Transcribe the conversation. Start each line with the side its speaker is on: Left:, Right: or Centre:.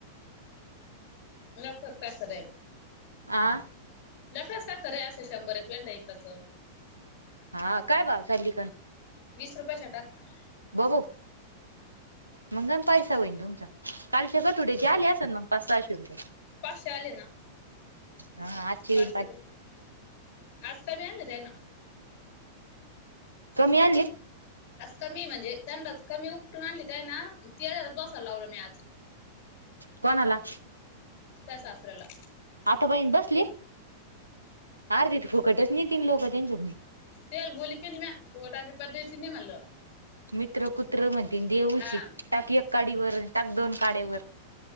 Left: नस तसं राहील
Right: आ
Left: नकाता खरे असं शंभर रपयांड एकाचं
Right: हा काय भाव सलिकन
Left: वीस रुपये चटाक
Right: बबू मग पैसा होईन तुमचा कालच्या कटुड्याचे आले असेल मग पाच सहाशे रुपये
Left: भाषा हले ना
Right: हा आठशे
Left: पाचशे
Right: येईन
Left: आज का मी आलच आहे ना
Right: कमी आणली
Left: आज कमी म्हणजे ंड कमी उपटून आणली तर आहे ना ते दोसाला लावलं मी आज
Right: कोण हला
Left: त्या शास्त्रला
Right: आता बहिण बसले अर तथ फुकटच नाही तीन लोक त्यांच्याक
Left: तेल बोली केली म पोटाची पद्धती नाही म्हणलो
Right: मित्र कुत्र म्हणते देऊलची
Left: हा
Right: टाक एक काडीवर टाक दोन काड्यावर